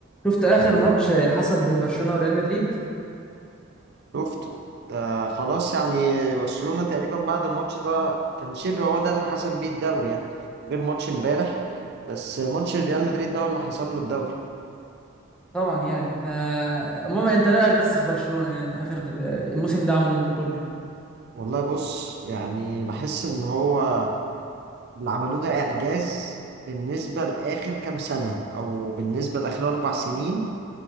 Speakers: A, in the centre; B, on the right (about 55°).
A: شفت اخر ماتش حصل بين برشلونة وريال مدريد
B: شفته ده خلاص يعني برشلونة تقريبا بعد الماتش ده كان شبه هو ده اللي حسم بيه الدوري يعني غير ماتش امبارح بس ماتش ريال مدريد ده هو اللي حسم له الدوري
A: طبعا يعني احنا عموما انت رايك بس في برشلونة يعني اخر الموسم ده عموما كله
B: والله بص يعني بحس ان هو اللي عملوه ده اعجاز بالنسبة لآخر كام سنة او بالنسبة لآخر اربع سنين